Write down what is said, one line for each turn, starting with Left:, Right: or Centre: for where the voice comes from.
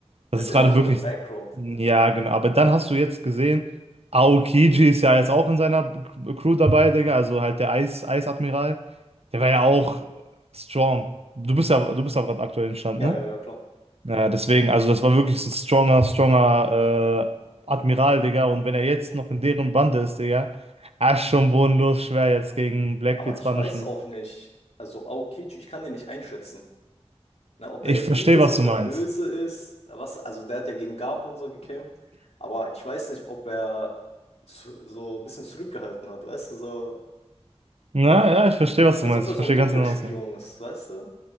Right: Das
Left: Der ist
Right: ist
Left: immer
Right: gerade
Left: so
Right: wirklich,
Left: im Background.
Right: ja, genau. Aber dann hast du jetzt gesehen, Aokiji ist ja jetzt auch in seiner Crew dabei, Digga. Also halt der Eis, Eisadmiral. Der war ja auch strong. Du bist ja, du bist auch gerade aktuell im Stand,
Left: Ja,
Right: ne?
Left: ja, ja, klar.
Right: Naja, deswegen, also das war wirklich ein stronger, stronger äh, Admiral, Digga. Und wenn er jetzt noch in deren Bande ist, Digga, ah, ist schon bodenlos schwer jetzt gegen Blackbeard
Left: Aber ich
Right: Spanischen.
Left: weiß auch nicht, also Aokichi, ich kann den nicht einschätzen. Ne, ob
Right: Ich
Left: der jetzt
Right: verstehe,
Left: gut ist,
Right: was
Left: ob
Right: du
Left: der
Right: meinst.
Left: böse ist, was, also der hat ja gegen Garp und so gekämpft, aber ich weiß nicht, ob er zu, so ein bisschen zurückgehalten hat, weißt du, so,
Right: Na, ja, ich verstehe, was
Left: als
Right: du meinst.
Left: ob er
Right: Ich
Left: so
Right: verstehe
Left: ein Doppelspion
Right: ganz genau, was du meinst.
Left: ist, weißt du?